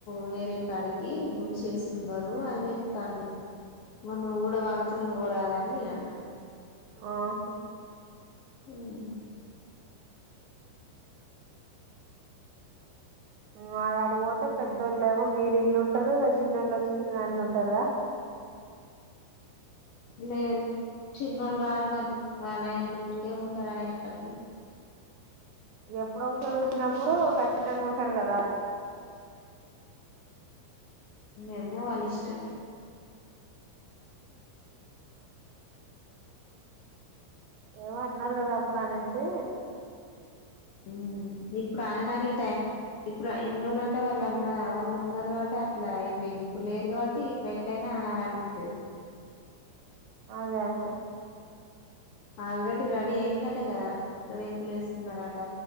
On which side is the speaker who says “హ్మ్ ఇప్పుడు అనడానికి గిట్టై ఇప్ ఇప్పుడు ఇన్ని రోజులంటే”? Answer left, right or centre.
Left